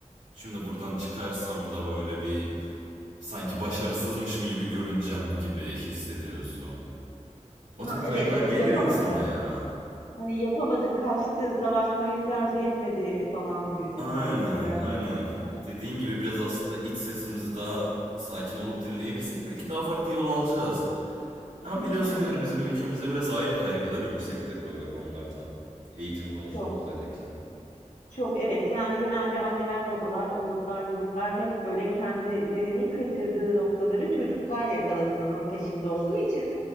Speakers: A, on the right (about 80°); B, on the left (about 75°).
A: şimdi buradan çıkarsam da böyle bir sanki başarısızmışım gibi görüneceğim gibi hissediyorsun. O
B: Ha
A: tip
B: evet
A: kaygılar
B: evet
A: geliyor
B: yapamadı.
A: insana ya.
B: Hani yapamadı, kaçtı, savaşmayı tercih etmedi falan gibisinden
A: Aynen,
B: bir şeyler
A: aynen.
B: söyleyecek.
A: Dediğin gibi biraz aslında iç sesimizi daha sakin olup dinleyebilsek belki daha farklı yol alacağız. Ama biliyorsun
B: Evet
A: yani bizim ülkemizde biraz aile kaygıları yüksektir böyle konularda. Eğitim konusunda
B: çok
A: özellikle.
B: çok evet yani genelde anneler babalar ıvırtlar zıvırtlar hep böyle kendilerinin kaçırdığı noktaları çocuklar yakalasının peşinde olduğu için